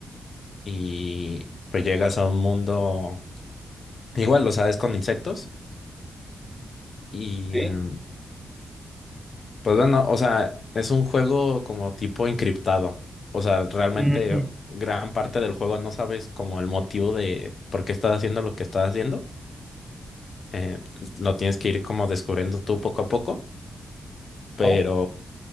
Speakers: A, on the left; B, in the centre.
A: y pues llegas a un mundo, igual, lo sabes, con insectos y
B: Sí.
A: Pues bueno, o sea, es un juego como tipo encriptado. O sea, realmente
B: Ujú.
A: gran parte del juego no sabes como el motivo de por qué estás haciendo lo que estás haciendo. Eh, lo tienes que ir como descubriendo tú poco a poco. Pero,
B: Claro.